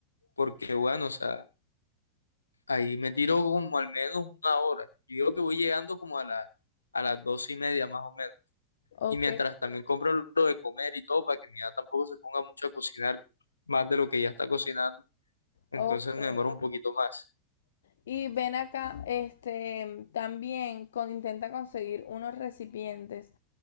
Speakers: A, on the left (about 75°); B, on the left (about 60°).
A: porque bueno, o sea, ahí me tiro como al menos una hora. Yo digo que voy llegando como a la, a las dos y media más o menos.
B: Ok,
A: Y mientras también compro lo de comer y todo, para que mi hija tampoco se ponga mucho a cocinar más de lo que ya está cocinando, entonces
B: ok.
A: me demoro un poquito más.
B: Y ven acá, este, también con- intenta conseguir unos recipientes